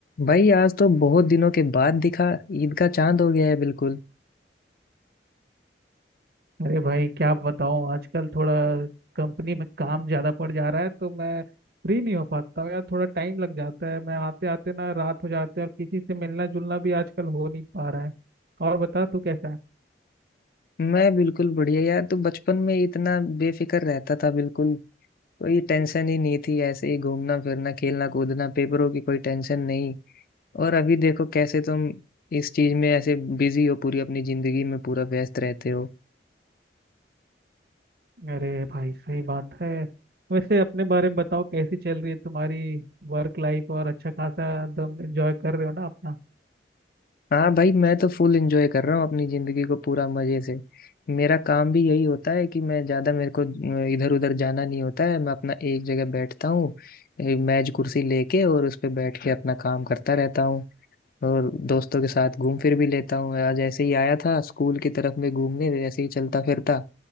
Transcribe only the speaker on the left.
भाई आज तो बहुत दिनों के बाद दिखा ईद का चांद हो गया है बिल्कुल
मैं बिल्कुल बढ़िया यार तू बचपन में इतना बेफिक्र रहता था बिल्कुल कोई टेंशन ही नहीं थी ऐसे ही घूमना फिरना खेलना कूदना पेपरों की कोई टेंशन नहीं और अभी देखो कैसे तुम इस चीज में ऐसे बिजी हो पूरी अपनी जिंदगी में पूरा व्यस्त रहते हो
हाँ भाई मैं तो फुल एंजॉय कर रहा हूँ अपनी जिंदगी को पूरा मजे से मेरा काम भी यही होता है कि मैं ज्यादा मेरे को इधर उधर जाना नहीं होता है मैं अपना एक जगह बैठता हूँ ए, मेज कुर्सी लेके और उस पे बैठ के अपना काम करता रहता हूँ और दोस्तों के साथ घूम फिर भी लेता हूँ आज ऐसे ही आया था स्कूल की तरफ में घूमने ऐसे ही चलता फिरता